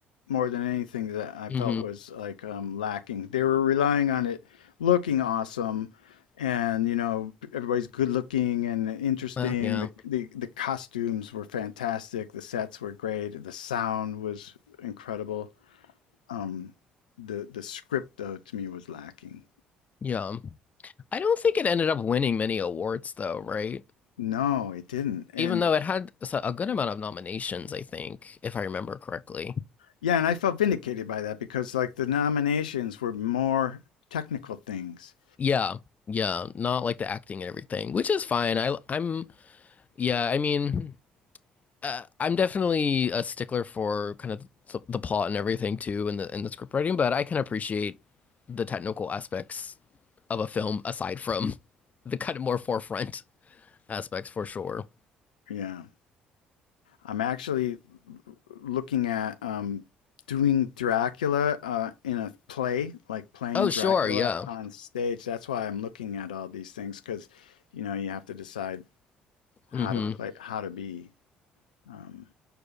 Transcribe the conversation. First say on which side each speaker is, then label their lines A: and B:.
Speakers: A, on the left; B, on the left.
A: more than anything that I
B: hmm
A: felt was like um, lacking. They were relying on it looking awesome, and you know everybody's good looking and interesting.
B: Well, yeah.
A: The the the costumes were fantastic. The sets were great. The sound was incredible. Um, the the script though to me was lacking.
B: Yeah. I don't think it ended up winning many awards though, right?
A: No, it didn't. And
B: even though it had s- a good amount of nominations, I think, if I remember correctly.
A: yeah, and I felt vindicated by that because like the nominations were more technical things.
B: Yeah, yeah, not like the acting and everything, which is fine. I I'm yeah, I mean, uh, I'm definitely a stickler for kind of the, the plot and everything too, and the and the script writing, but I can appreciate the technical aspects of a film aside from <laughs> the kind of more forefront aspects for sure.
A: Yeah. I'm actually looking at um, doing Dracula uh, in a play, like playing
B: Oh, sure,
A: Dracula
B: yeah.
A: on stage. That's why I'm looking at all these things because, you know, you have to decide how
B: hmm
A: to play, how to be. Um,